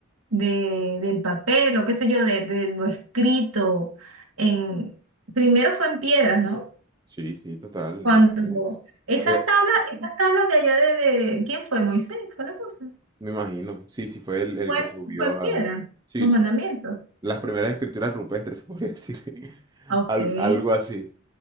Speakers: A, on the right; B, on the right.
A: de, del papel o qué sé yo, de, de lo escrito en, primero fue en piedras, ¿no?
B: Sí, sí, total,
A: Cuando
B: en la que
A: esas
B: Eh,
A: tablas, esas tablas de allá de, de- ¿quién fue? Moisés, fue la cosa.
B: me imagino, sí, sí, fue el, el
A: Fue,
B: que subió
A: fue en piedra,
B: a... Sí,
A: los
B: sí.
A: mandamientos.
B: Las primeras escrituras rupestres, <laughs> se podría decir. <laughs>
A: Ah, Ok.
B: al- algo así.